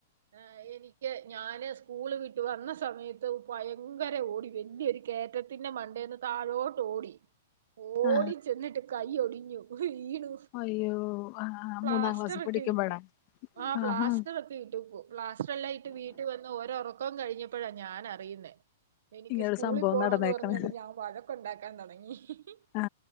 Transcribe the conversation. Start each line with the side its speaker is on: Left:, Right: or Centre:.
Right: ആ എനിക്ക് ഞാന് സ്കൂള് വിട്ട് വന്ന സമയത്ത് ഭയങ്കര ഓടി വലിയൊരു കേറ്റ ത്തിന്റെ മണ്ടേന്ന് താഴോട്ട് ഓടി ഓടിച്ചെന്നിട്ട്
Left: ആ
Right: കൈ ഒടിഞ്ഞു ഈ <unintelligible>
Left: അയ്യോ ആ ആ
Right: പ്ലാസ്റ്ററൊക്കെ
Left: മൂന്നാം ക്ലാസ്സിൽ പഠിക്കുമ്പോഴാ
Right: ഇട്ടു. ആ പ്ലാസ്റ്ററൊ
Left: ആഹാ
Right: വീട്ട്പൊ പ്ലാസ്റ്ററെല്ലാം ഇട്ട് വീട്ട് വന്ന് ഓരോറക്കം കഴിഞ്ഞപ്പോഴാ ഞാനറിയുന്നേ. എനിക്ക്
Left: ഇങ്ങനൊരു
Right: സ്കൂളിൽ
Left: സംഭവം
Right: പോണോന്ന്
Left: നടന്നേക്കണ്
Right: പറഞ്ഞോണ്ട് ഞാൻ വഴക്ക് ഒണ്ടാക്കാൻ തുടങ്ങി. ഹി ഹി
Left: ആ